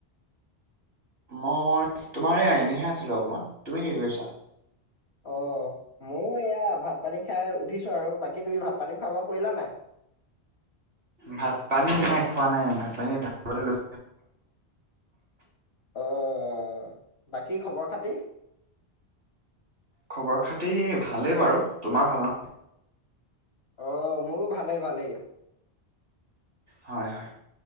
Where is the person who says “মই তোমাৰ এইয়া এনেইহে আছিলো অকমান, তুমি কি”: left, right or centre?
Right